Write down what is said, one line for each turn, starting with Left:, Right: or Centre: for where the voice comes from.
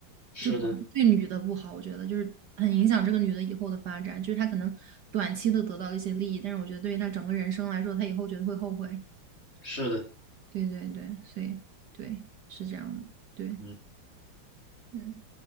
Left: 是的，
Right: 就主要是对女的不好，我觉得就是很影响这个女的以后的发展。就是她可能短期的得到一些利益，但是我觉得对于她整个人生来说，她以后绝对会后悔。
Left: 是的，
Right: 对对对，所以对，是这样的。对，
Left: 嗯。
Right: 嗯。